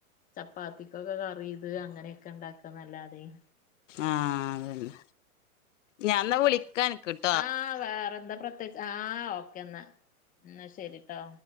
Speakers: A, on the left; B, on the left.
A: ചപ്പാത്തിക്കൊക്കെ കറിയിത് അങ്ങനെയൊക്കെ ണ്ടാക്കാന്നല്ലാതെയ്
B: ആഹ്, തന്നെ. ഞാന്നാ വിളിക്കൻക്.
A: ആഹ്, വേറെന്താ പ്രത്യേച്ച്. ആഹ്, ഓക്കെ ന്നാ, ന്നാ ശരിട്ടോ.